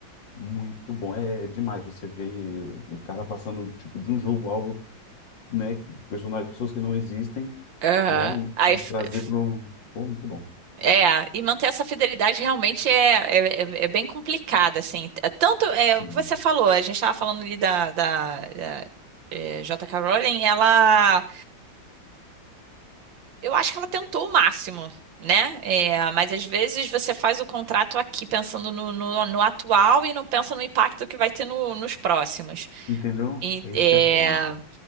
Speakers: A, on the left; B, on the right.
A: Muito bom, é é demais você ver o cara passando tipo de um jogo algo né, personagens, pessoas que não existem,
B: Aham.
A: né, e,
B: Aí,
A: e
B: f-
A: trazer
B: f-
A: para um... Pô, muito bom.
B: é, e manter essa fidelidade realmente é, é, é- é bem complicada, assim. T- Tanto é
A: Sim.
B: o que você falou, a gente estava falando ali da, da, da, é, J.K. Rowling, ela, eu acho que ela tentou o máximo, né? É, mas às vezes você faz o contrato aqui pensando no, no, no atual e não pensa no impacto que vai ter no- nos próximos.
A: Entendeu?
B: E,
A: Esse
B: é,
A: que é fogo.